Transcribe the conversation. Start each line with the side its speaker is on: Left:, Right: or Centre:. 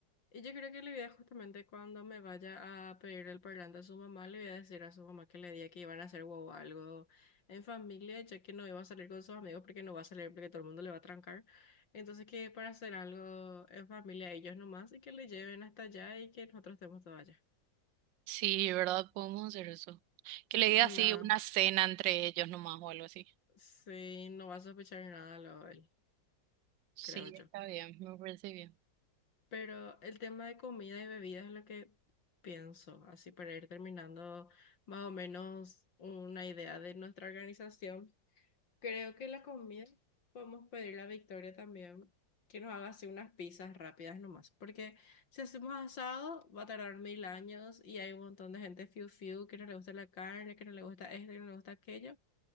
Left: Y yo creo que le voy a justamente cuando me vaya a pedir el parlante a su mamá, le voy a decir a su mamá que le diga que iban a hacer huevo algo en familia, ya que no iba a salir con sus amigos porque no va a salir porque todo el mundo le va a trancar. Entonces que para hacer algo en familia ellos nomás y que le lleven hasta allá y que nosotros estemos todos allá.
Right: Sí, ¿verdad? Podemos hacer eso. Que le diga
Left: Nada,
Right: así una cena entre ellos nomás o algo así.
Left: sí, no va a sospechar nada lo él,
Right: Sí,
Left: creo yo.
Right: está bien, me parece bien.
Left: Pero el tema de comida y bebida es lo que pienso, así para ir terminando más o menos una idea de nuestra organización. Creo que la comida podemos pedirle a Victoria también que nos haga así unas pizzas rápidas nomás, porque si hacemos asado va a tardar mil años y hay un montón de gente fiu fiu que no le gusta la carne, que no le gusta esto, que no le gusta aquello.